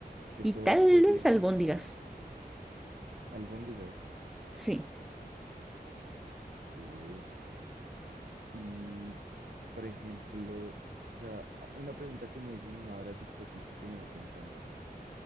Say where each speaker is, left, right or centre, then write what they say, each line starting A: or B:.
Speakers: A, on the right (about 60°); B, in the centre.
A: Que
B: Y
A: todo
B: tal
A: esté
B: vez
A: bien
B: albóndigas.
A: cocinado. Albóndigas.
B: Sí.
A: Uy. Y, por ejemplo, o sea, a- una pregunta que me hizo mi madre hace poquito que me dejó pensando.